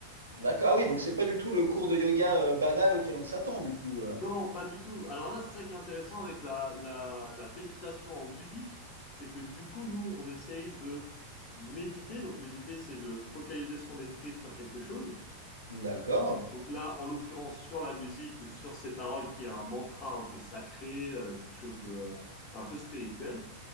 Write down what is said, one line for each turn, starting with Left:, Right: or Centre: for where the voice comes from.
Right: D'accord. Ah oui, donc c'est pas du tout le cours de yoga, euh, banal auquel on s'attend, du coup. euh.
Left: Non, pas du tout. Alors là, c'est ça qui est intéressant avec la, la, la méditation en musique, c'est que du coup, nous, on essaye de méditer. Donc, méditer, c'est de focaliser son esprit sur quelque chose.
Right: D'accord.
Left: Donc là, en l'occurrence, sur la musique ou sur ces paroles, qui est un mantra un peu sacré, euh, quelque chose de euh, un peu spirituel.